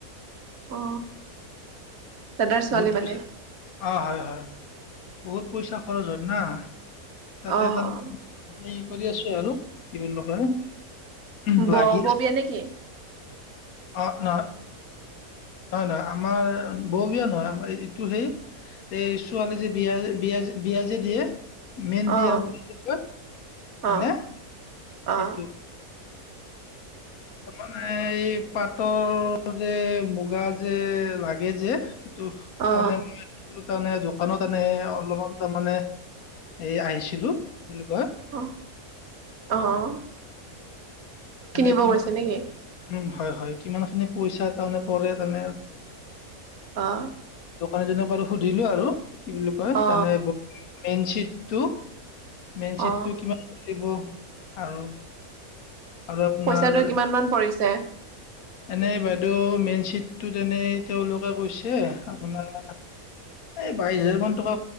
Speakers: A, on the right (about 70°); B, on the left (about 75°).
A: অ দাদাৰ ছোৱালী
B: বহুত পইচা
A: মানে
B: অ হয় হয়। বহুত পইচা খৰচ হয় না তাতে
A: অ
B: তাৰ
A: অ
B: হে কৰি আছো আৰু। কি <unintelligible> উম,
A: ব
B: লাগি আছো
A: বিয়া নেকি?
B: অ ন নাই নাই আমাৰ বহ। নহয় আমাৰ এইটো সেই এই ছোৱালী যে বিয়া বিয়া বিয়া যে দিয়ে। মেইন বিয়া
A: অ
B: বুলি যে কয়
A: অ
B: নে
A: অ
B: সেইটো। তাৰ মানে এই। পাতৰ যে মুগা যে লাগে যে। টো
A: অ অ
B: মানে মই সেইটো। তানে <inaudible> কানত এনে অলপমান তাৰ মানে। এ আহিছিলো কি বুলি কয়।
A: আহ আহ।
B: মানে
A: কিনিব
B: কিমান
A: গৈছে নেকি?
B: উম হয় হয় কিমান খিনি পইচা তাৰমানে পৰে তানে।
A: অহ
B: <unintelligible> জনক আৰু সুধিলো আৰু। কি বুলি কয়
A: অ
B: তানে। মেইন চিটটো। মেন চিটটো
A: অ
B: কিমান? দিব আৰু। আৰু আপোনাৰ
A: পইচাটো কিমান মান পৰিছে? ছে
B: এনেই বাইদেউ মেন চিটটোত এনেই তেওঁলোকে কৈছে, আপোনাৰ এই বাইশ হাজাৰ মান টকা